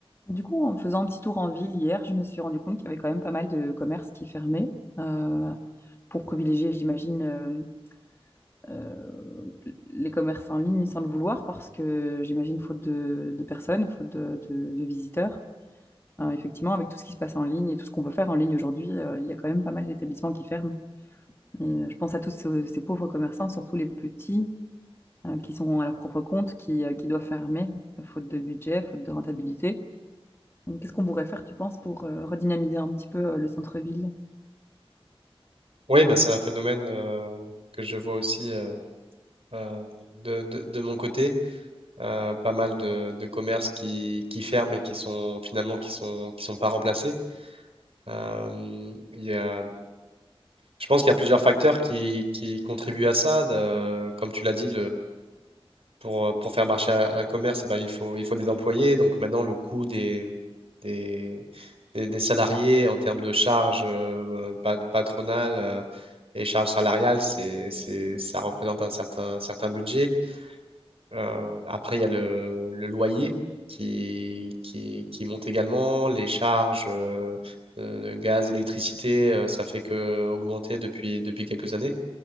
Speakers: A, on the left; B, on the right.
A: Du coup, en faisant un petit tour en ville hier, je me suis rendu compte qu'il y avait quand même pas mal de commerces qui fermaient euh, pour privilégier, j'imagine, euh, euh, les commerces en ligne sans le vouloir parce que j'imagine faute de, de personnes, faute de, de- de visiteurs. Euh, effectivement, avec tout ce qui se passe en ligne et tout ce qu'on peut faire en ligne aujourd'hui, euh, il y a quand même pas mal d'établissements qui ferment. Et euh, je pense à tous ces, ces pauvres commerçants, surtout les petits, euh, qui sont à leur propre compte, qui, euh, qui doivent fermer, faute de budget, faute de rentabilité. Donc, Qu'est-ce qu'on pourrait faire, tu penses, pour euh, redynamiser un petit peu euh, le centre-ville?
B: Oui, bah, c'est un phénomène euh, que je vois aussi euh, euh, de, de, de mon côté. Euh, pas mal de, de commerces qui, qui ferment et qui sont finalement qui sont, qui sont pas remplacés. Euh, il y a, je pense qu'il y a plusieurs facteurs qui, qui contribuent à ça. De- comme tu l'as dit, pour, euh, pour faire marcher un, un commerce, bah, il faut, il faut des employés. Donc maintenant, le coût des, des, des, des salariés en termes de charges euh, pa- patronales euh, et charges salariales, c'est, c'est, ça représente un certain, certain budget. Euh, après, il y a le, le loyer qui, qui, qui monte également, les charges. euh, euh, gaz, électricité, euh, ça fait que augmenter depuis, depuis quelques années.